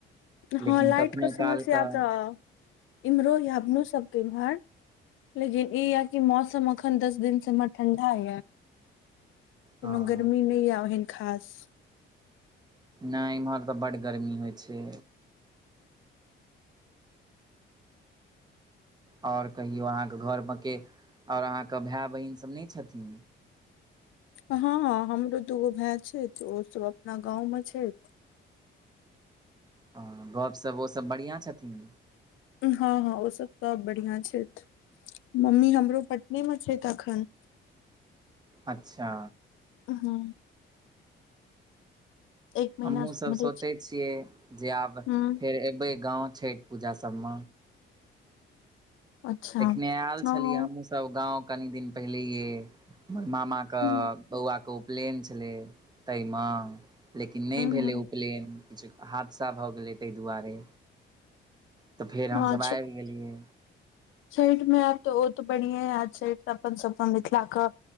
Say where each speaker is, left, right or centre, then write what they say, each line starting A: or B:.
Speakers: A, on the right; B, on the left.
A: लेकिन
B: हँ लइट
A: कखनो
B: क समस्या
A: काल कऽ
B: तऽ इम्हरो या अपनो सबके इम्हर लेकिन ई य कि मौसम अखन दस दिन स हम्हर ठंडा य
A: हँ
B: कोनो गर्मी नै यए ओहन खास
A: नै एम्हर तऽ बड्ड गरमी होइ छै ओर कहियो अहाँके घरमे के आउर अहाँके भाय बहिन सब नहि छथिन
B: हँ हँ हमरो दूगो भेयै छै ओ सब अपना गाँव मे छै
A: हँ गपशप ओसब बढ़िआँ छथिन
B: हँ हँ ओसब त बढ़िआँ छथि मम्मी हमरो पटने मे छै तखन
A: अच्छा
B: हू एक महीना
A: हमहुँसभ
B: से उम्हरे
A: सोचै
B: छै
A: छियै जे आब
B: हूँ
A: फेर एबै गाँव छठि पूजा सम
B: अच्छा
A: एखने एयल
B: हँ
A: छलियै
B: हूँ
A: हमँहु सब गाँव कनि दिन पहिलेेइए हमर मामा के
B: हूँ
A: बौआ के उपलेन छलै ताहिमे लेकिन नहि भेलै
B: हूँ
A: उपलेन किछु हादसा भऽ गेलै ताहि दुआरे तऽ फेर हमसभब
B: अच्छा
A: आबि गेलियै
B: छठि मे आयब तऽ ओ तऽ बढ़ियें छठि तऽ अपन सब अपन मिथिला क